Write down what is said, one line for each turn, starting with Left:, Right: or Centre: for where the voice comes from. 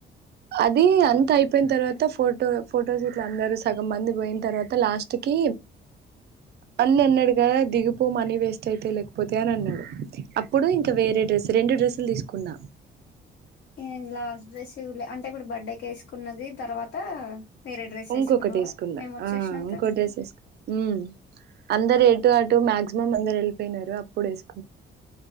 Right: అది అంత అయిపోయిన తర్వాత ఇంత ఫోటో ఫోటోస్ ఇట్ల అందరూ సగం మంది పోయిన్ తరువాత లాస్ట్ ఇంటికి అన్నునడుగా దిగిపో మనీ వేస్ట్ అయితే లేకపోతే అని అన్నాడు. అప్పుడు ఇంకా వేరే డ్రెస్ రెండు డ్రెస్ ప్లు తీసుకున్నా
Left: నేను లాస్ట్ డ్రెస్లే అంటే ఇప్పుడు బర్త్డే కు వేసుకున్నది తర్వాత వేరే డ్రెస్
Right: ఇంకొకటి
Left: వేసుకున్నావా
Right: వేసుకున్న
Left: మేము వచ్చేసినాక
Right: ఆ ఇంకో డ్రెస్ వేసుకున్న హ్మ్మ్ అందరు ఎటు అటు మాక్సిమం అందరు వెళ్ళియినారు అప్పుడు వేస్